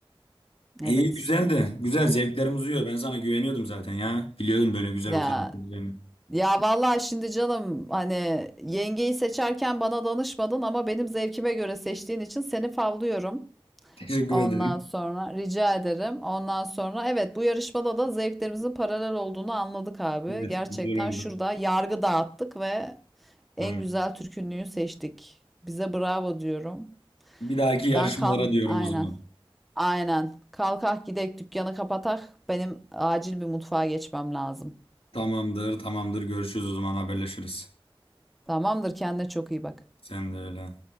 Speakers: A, on the left (about 75°); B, in the centre.
A: İyi
B: Evet.
A: güzeldi. Güzel zevklerimiz uyuyor. Ben sana güveniyordum zaten ya. Biliyordum böyle güzel
B: Ya
A: bir kadın olacağını.
B: ya vallahi şimdi canım hani yengeyi seçerken bana danışmadın ama benim zevkime göre seçtiğin için seni favlıyorum.
A: Teşekkür
B: Ondan
A: ederim.
B: sonra rica ederim. Ondan sonra evet bu yarışmada da zevklerimizin paralel olduğunu anladık abi.
A: Evet.
B: Gerçekten
A: Güzel oldu.
B: şurada yargı dağıttık ve en
A: Evet.
B: güzel türkünlüğü seçtik. Bize bravo diyorum.
A: Bir dahaki yarışmalara
B: Ben kal
A: diyorum
B: aynen.
A: o zaman.
B: Aynen. Kalkak gidek dükkanı kapatak. Benim acil bir mutfağa geçmem lazım.
A: Tamamdır, tamamdır. Görüşürüz o zaman haberleşiriz.
B: Tamamdır kendine çok iyi bak.
A: Sen de öyle.